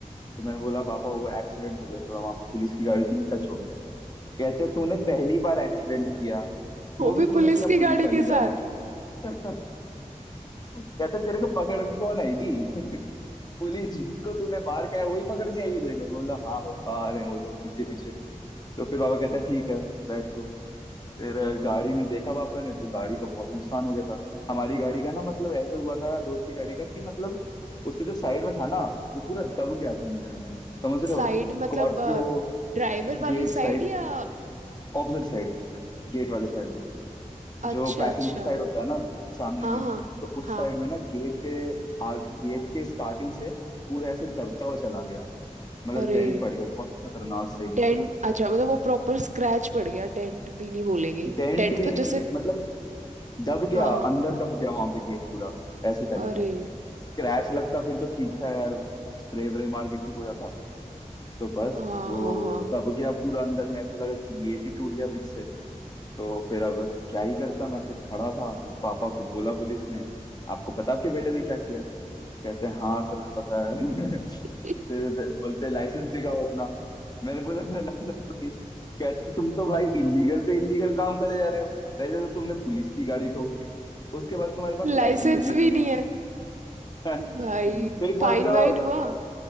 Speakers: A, on the left; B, on the right.
A: तो मैंने बोला पापा वो एक्सीडेंट हो गया थोड़ा वहां पे पुलिस की गाड़ी थी ना टच हो गया कहते तूने पहली बार एक्सीडेंट किया
B: वो
A: वो भी
B: भी
A: तूने
B: पुलिस
A: किया
B: की
A: पुलिस
B: गाड़ी
A: वाली
B: के
A: गाड़ी
B: साथ
A: पे <laughs> कहते तेरे को पकड़ने कौन आएगी <laughs> पुलिस जिसको तूने मार के आया वही पकड़ने आएगी देखो बोला हाँ पापा आ रहे हैं वो लोग पीछे पीछे तो फिर पापा कहते हैं ठीक है बैठ तू फिर अ, गाड़ी में देखा पापा ने तो गाड़ी का बहुत नुकसान हो गया था हमारी गाड़ी का ना मतलब ऐसा हुआ था दोस्त की गाड़ी का कि मतलब उसके जो साइड में था ना वो पूरा दब गया था अंदर में समझ रहे
B: साइड
A: हो Scorpio
B: मतलब ड्राइवर वाली
A: Gate
B: साइड
A: side
B: या
A: Opposite side Gate वाले साइड में
B: अच्छा
A: जो पैसेंजर
B: अच्छा
A: साइड होता है ना सामने
B: हाँ
A: में
B: हाँ
A: तो उस
B: हाँ
A: साइड में ना गेट के आ, गेट के स्टार्टिंग से पूरा ऐसे दबता हुआ चला गया मतलब
B: अरे
A: डेंट पड़ गया था बहुत खतरनाक सही वहां
B: डेंट
A: पे
B: अच्छा मतलब वो प्रॉपर स्क्रैच पड़ गया डेंट भी नहीं बोलेंगे
A: डेंट
B: डेंट
A: भी
B: तो
A: नहीं
B: जैसे
A: मतलब दब गया
B: हाँ हाँ
A: अंदर दब गया वहां पे गेट पूरा ऐसे टाइप
B: अरे
A: का स्क्रैच लगता फिर तो ठीक था यार स्प्रे व्रे मार के ठीक हो जाता तो बस
B: हाँ
A: वो
B: हाँ हाँ
A: दब गया पूरा अंदर में ऐसा लगा कि गेट ही टूट गया बीच से तो फिर अब क्या ही करता मैं फिर खड़ा था फिर पापा को बोला पुलिस ने आपको पता आपके बेटे ने क्या किया कहते हैं हाँ सर पता है <laughs>
B: <laughs>
A: फिर ब- बोलते लाइसेंस दिखाओ अपना मैंने बोला सर लाइसेंस तो नहीं कहते तुम तो भाई इलीगल पे इलीगल काम करे जा रहे हो पहले तो तुमने पुलिस की गाड़ी ठोक दी उसके बाद तुम्हारे पास
B: लाइसेंस
A: लाइसेंस भी नहीं
B: भी नहीं
A: है
B: है
A: <laughs>
B: भाई
A: फिर बोलते
B: फाइन
A: हो
B: वाइन हुआ